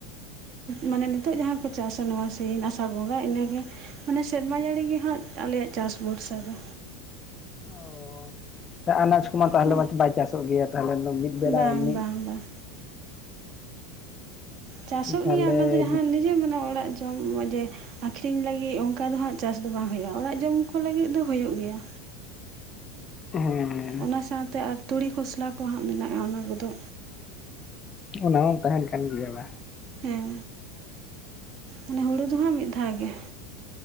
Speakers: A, on the right; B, on the left.
A: ᱢᱟᱱᱮ ᱱᱤᱛᱚᱜ ᱡᱟᱦᱟᱸ ᱯᱮ ᱪᱟᱥᱟ ᱱᱚᱣᱟ ᱥᱤ ᱟᱥᱟᱲ ᱵᱚᱸᱜᱟ ᱤᱱᱟᱹᱜᱮ ᱢᱟᱱᱮ ᱥᱮᱨᱢᱟ ᱡᱟᱹᱲᱤ ᱜᱮᱦᱟᱸᱜ ᱟᱞᱮᱭᱟᱜ ᱪᱟᱥ ᱵᱷᱚᱨᱥᱟ ᱫᱚ
B: <unintelligible> ᱟᱱᱟᱡᱽ ᱠᱚᱢᱟ ᱛᱟᱦᱚᱞᱮ
A: ᱦᱮᱸ
B: ᱢᱟ ᱵᱟᱭ ᱪᱟᱥᱚᱜ ᱜᱮᱭᱟ ᱛᱟᱦᱚᱞᱮ <unintelligible>
A: ᱵᱟᱝ
B: ᱢᱤᱫ
A: ᱵᱟᱝ ᱵᱟᱝ ᱪᱟᱥᱚᱜ
B: ᱛᱟᱦᱚᱞᱮ
A: ᱜᱮᱭᱟ ᱚᱱᱟ ᱫᱚ ᱡᱟᱦᱟᱸ ᱱᱤᱡᱮ ᱢᱟᱱᱮ ᱚᱲᱟᱜ ᱡᱚᱢ ᱢᱚ ᱡᱮ ᱟᱹᱠᱷᱨᱤᱧ ᱞᱟᱹᱜᱤᱫ ᱚᱱᱠᱟ ᱫᱚ ᱦᱟᱸᱜ ᱪᱟᱥ ᱫᱚ ᱵᱟᱝ ᱦᱩᱭᱩᱜᱼᱟ ᱚᱲᱟᱜ ᱡᱚᱢ ᱠᱚ ᱞᱟᱹᱜᱤᱫ ᱫᱚ ᱦᱩᱭᱩᱜ ᱜᱮᱭᱟ᱾
B: ᱦᱮᱸ
A: ᱚᱱᱟ ᱥᱟᱶᱛᱮ ᱟᱨ ᱛᱩᱲᱤ ᱠᱷᱚᱥᱞᱟ ᱠᱚ ᱦᱟᱸᱟᱜ ᱢᱮᱱᱟᱜᱼᱟ᱾ ᱚᱱᱟ ᱠᱚᱫᱚ
B: ᱚᱱᱟ ᱦᱚᱸ ᱛᱟᱦᱮᱱ ᱠᱟᱱ ᱜᱮᱭᱟ ᱵᱟᱝ
A: ᱦᱮᱸ ᱢᱟᱱᱮ ᱦᱩᱲᱩ ᱫᱚ ᱦᱟᱸᱜ ᱢᱤᱫ ᱫᱷᱟᱣ ᱜᱮ